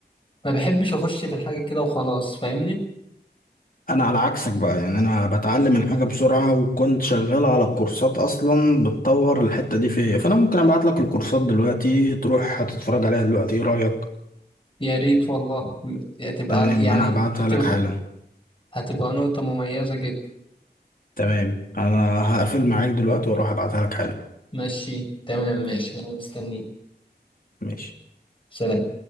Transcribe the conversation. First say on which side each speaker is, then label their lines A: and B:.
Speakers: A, on the left; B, on the left.
A: ما بحبش اخش في الحاجه كده وخلاص فاهمني
B: أنا على عكسك بقى يعني أنا بتعلم الحاجة بسرعة وكنت شغال على كورسات أصلا بتطور الحتة دي فيا فأنا ممكن أبعت لك الكورسات دلوقتي تروح هتتفرج عليها دلوقتي إيه رأيك؟
A: يا ريت والله هتبقى
B: تمام
A: يعني
B: أنا هبعتها
A: هتبقى
B: لك حالا
A: هتبقى نقطه مميزه جدا
B: تمام أنا هقفل معاك دلوقتي وأروح أبعتها لك حالا
A: ماشي تمام ماشي انا مستنيك
B: ماشي
A: سلام